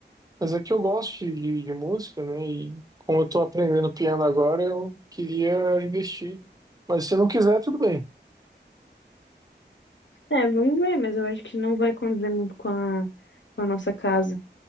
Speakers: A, on the right; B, on the left.
A: mas é que eu gosto de, de- de música, né? E como eu tô aprendendo piano agora, eu queria investir. Mas se não quiser, tudo bem.
B: É, vamos ver, mas eu acho que não vai condizer muito com a, com a nossa casa.